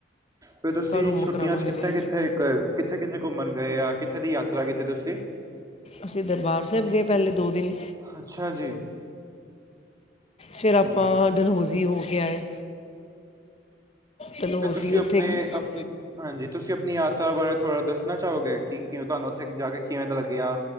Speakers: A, on the right; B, on the left.
A: ਫ ਤੁਸੀਂ
B: ਕੱਲ ਹੋਮਵਰਕ
A: ਛੁੱਟੀਆਂ
B: ਕਰਾਵਾਂਗੇ
A: ਚ ਕਿੱਥੇ
B: ਇਹਨੂੰ
A: ਕਿੱਥੇ ਇੱਕ ਕਿੱਥੇ ਕਿੱਥੇ ਘੁੰਮਣ ਗਏ ਆ ਕਿੱਥੇ ਦੀ ਯਾ ਯਾਤਰਾ ਕੀਤੀ ਤੁਸੀਂ।
B: ਅਸੀਂ ਦਰਬਾਰ ਸਾਹਿਬ ਗਏ ਪਹਿਲੇ ਦੋ ਦਿਨ
A: ਅੱਛਾ ਜੀ
B: ਫਿਰ
A: ਹੂੰ
B: ਆਪਾਂ ਡਲਹੋਜ਼ੀ ਹੋ ਕੇ ਆਏ। ਚਲੋ
A: ਫਿਰ
B: ਅਸੀਂ
A: ਤੁਸੀਂ
B: ਉੱਥੇ
A: ਆਪਣੇ
B: ਇੱਕ-
A: ਅ ਹਾਂਜੀ ਤੁਸੀਂ ਆਪਣੀ ਯਾਤਰਾ ਬਾਰੇ ਥੋੜ੍ਹਾ ਦੱਸਣਾ ਚਾਹੋਗੇ ਕਿ ਕਿਵੇਂ ਤੁਹਾਨੂੰ ਉੱਥੇ ਜਾ ਕੇ ਕਿਵੇਂ ਦਾ ਲੱਗਿਆ